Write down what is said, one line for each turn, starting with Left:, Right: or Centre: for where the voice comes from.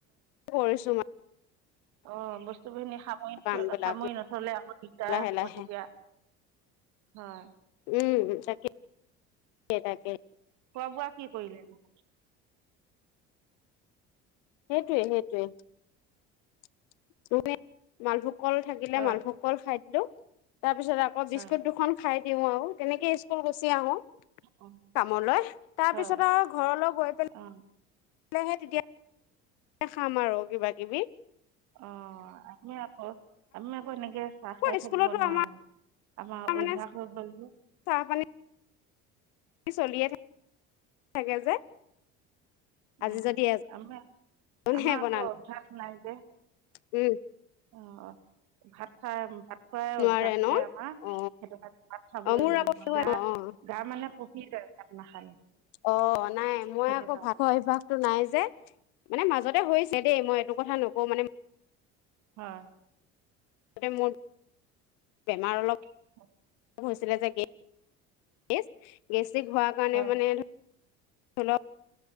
Left: কৰিছো মই
Right: অ' বস্তুখিনি সামৰি
Left: কাম
Right: থৈ
Left: বিলাক
Right: সামৰি নথ'লে আকৌ দিগদাৰ
Left: লাহে
Right: হ'ব
Left: লাহে
Right: তেতিয়া, হয়।
Left: উম, তাকে-তাকে।
Right: খোৱা বোৱা কি কৰিলে নো।
Left: সেইটোৱে-সেইটোৱে, <unintelligible> মালভোগ কল থাকিলে
Right: হয়
Left: মালভোগ কল খাই দিলো, তাৰপিছত আকৌ
Right: হয়
Left: বিস্কুট দুখন খাই দিও আৰু তেনেকে স্কুল গুচি আহো।
Right: অ
Left: কামলৈ, তাৰপিছত
Right: হয়
Left: আৰু ঘৰলৈ গৈ পেলা
Right: অ
Left: হে তেতিয়া খাম আৰু কিবা কিবি।
Right: অ আমি আকৌ এনেকে চাহ
Left: আকৌ
Right: খাই থাকিব
Left: স্কুলতো
Right: নোৱাৰো,
Left: আমাৰ
Right: আমাৰ
Left: মানে
Right: অভ্যাস হৈ গ'ল যে।
Left: <unintelligible> চলিয়ে থাক, <unintelligible> থাকে যে। আজি
Right: অ'
Left: যদি
Right: আমা
Left: এজনহে
Right: আমাৰ
Left: বনালে
Right: আকৌ অভ্যাস নাই যে।
Left: উম।
Right: অ' ভাত খাই ভাত খোৱাই
Left: নোৱাৰে
Right: অভ্যাস
Left: ন
Right: যে আমাৰ
Left: অ
Right: সেইটো কাৰণে ভাত
Left: অ মোৰ আকৌ
Right: <unintelligible>
Left: অ
Right: গা মানে কপি যায় ভাত নাখালে।
Left: অ' নাই মই
Right: সেইটো
Left: আকৌ
Right: কাৰণে
Left: ভাতখোৱা অভ্যাসটো নাই যে। মানে মাজতে হৈছে দেই মই এইটো কথা নকওঁ মানে
Right: হয়।
Left: মাজতে মোৰ বেমাৰ অলপ
Right: <inaudible>
Left: হৈছিলে যে, <unintelligible> গেষ্টিক হোৱাৰ কাৰণে
Right: হয়
Left: মানে <unintelligible>